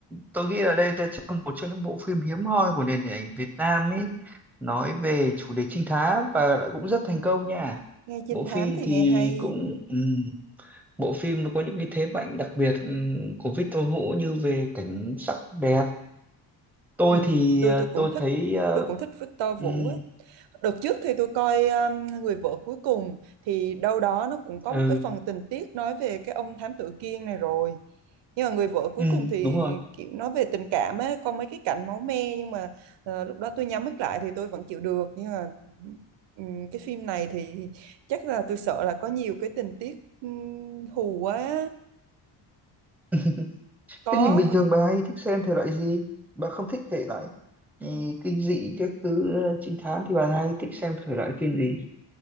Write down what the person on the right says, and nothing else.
Ừ.
nghe trinh
thám
thì
nghe hay
Ừ,
tôi
tôi cũng
thích
tôi cũng thích Victor
Vũ á. Đợt trước thì tôi coi um, Người vợ cuối cùng thì đâu đó nó cũng có
một cái phần tình tiết nói về cái ông thám tử Kiên này rồi. Nhưng mà Người vợ cuối
cùng thì
kiểu nói về tình cảm ấy, có mấy cái cảnh máu me nhưng mà ờ, lúc đó tôi nhắm mắt lại thì tôi vẫn chịu được nhưng mà ừm, cái phim này thì chắc là tôi sợ là có nhiều cái tình tiết ừm, hù quá.
Có